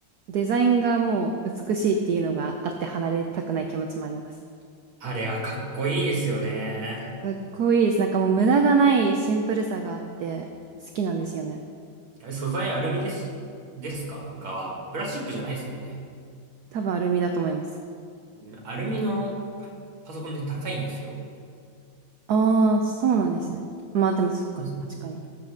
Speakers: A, on the right (about 65°); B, on the right (about 80°).
A: デザインがもう美しいっていうのがあって離れたくない気持ちもあります。
B: あれはかっこいいですよね。
A: かっこいいです。なんかもう無駄がないシンプルさがあって好きなんですよね。
B: あれ素材アルミです、ですか側。プラスチックじゃないですもんね。
A: 多分アルミだと思います。
B: うんアルミのパソコンって高いんですよ。
A: ああ、そうなんですね。まあでもそっか、
B: うん。
A: 確かに。